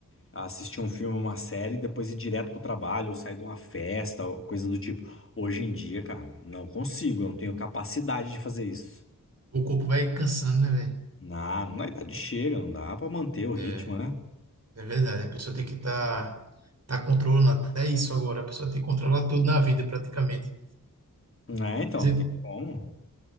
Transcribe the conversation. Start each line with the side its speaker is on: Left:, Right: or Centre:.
Left: assistir um filme, uma série, depois ir direto pro trabalho, ou sair de uma festa, ou coisa do tipo. Hoje em dia, cara, não consigo, eu não tenho capacidade de fazer isso.
Right: O corpo vai cansando, né, velho?
Left: Na, na idade chega, não dá pra manter o ritmo,
Right: É.
Left: né?
Right: É verdade, a pessoa tem que estar tá, tá controlando até isso agora. A pessoa tem que controlar tudo na vida, praticamente.
Left: Não é, então,
Right: Quer dizer,
Left: não tem como.